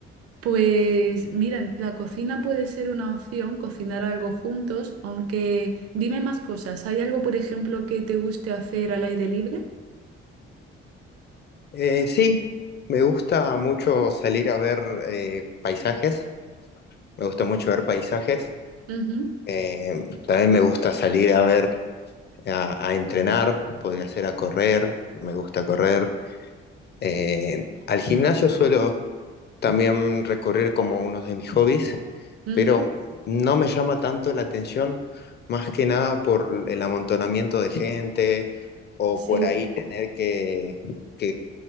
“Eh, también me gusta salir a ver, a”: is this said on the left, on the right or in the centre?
Left